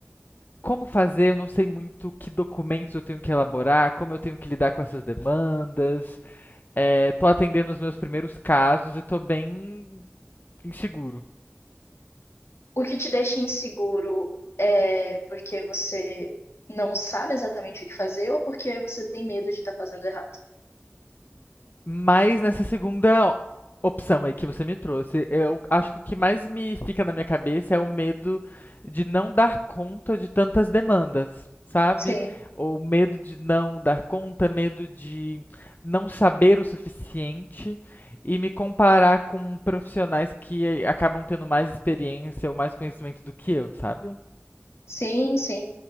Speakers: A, on the left (about 45°); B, on the left (about 75°).
A: como fazer, eu não sei muito que documentos eu tenho que elaborar, como eu tenho que lidar com essas demandas. É, tô atendendo os meus primeiros casos e tô bem inseguro.
B: O que te deixa inseguro é porque você não sabe exatamente o que fazer ou porque você tem medo de estar fazendo errado?
A: Mas nessa segunda opção aí que você me trouxe, eu acho que o que mais me fica na minha cabeça é o medo de não dar conta de tantas demandas, sabe?
B: Sim,
A: Ou medo de não dar conta, medo de não saber o suficiente e me comparar com profissionais que acabam tendo mais experiência ou mais conhecimento do que eu, sabe?
B: sim, sim.